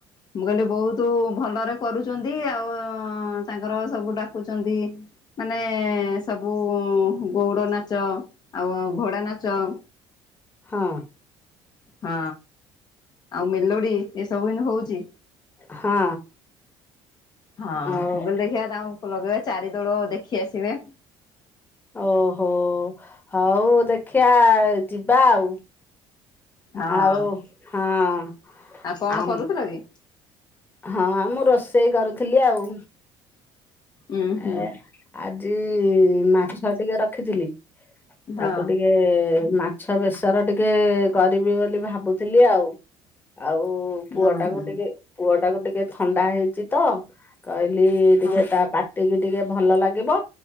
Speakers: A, on the left; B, on the left.
A: ମୁଁ କହିଲି ବହୁତ ଭଲରେ କରୁଛନ୍ତି ଆଉ ତାଙ୍କର ସବୁ ଡାକୁଛନ୍ତି ମାନେ ସବୁ ଗଉଡ଼ ନାଚ ଆଉ ଘୋଡ଼ା ନାଚ।
B: ହଁ।
A: ହଁ ଆଉ ମେଲୋଡି ଏସବୁ ଏନେ ହଉଛି।
B: ହଁ।
A: ହଁ
B: ଆଉ
A: ମୁଁ କହିଲି ଦେଖିବା ତାଙ୍କୁ ଲଗେଇବା ଚାରି ଦୋଳ ଦେଖି ଆସିବେ।
B: ଓହୋ ହଉ ଦେଖିଆ ଯିବା ଆଉ।
A: ହଁ
B: ଆଉ ହଁ
A: ଆଉ କଣ
B: ଆମ
A: କରୁଥିଲ କି?
B: ହଁ ମୁଁ ରୋଷେଇ କରୁଥିଲି ଆଉ।
A: ଉଁ ହୁଁ
B: ଏ ଆଜି ମାଛ ଟିକେ ରଖିଥିଲି।
A: ହଁ
B: ତାକୁ ଟିକେ ମା ମାଛ ବେଶର ଟିକେ କରିବି ବୋଲି ଭାବୁଥିଲି ଆଉ ଆଉ। ପୁଅ
A: ହଁ
B: ଟାକୁ
A: ହୁଁ
B: ଟିକେ ପୁଅ ଟାକୁ ଟିକେ ଥଣ୍ଡା ହେଇଛି ତ। କହିଲି ଟିକେ
A: ହଁ
B: ତା ଟିକି ଟିକେ ଭଲ ଲାଗିବ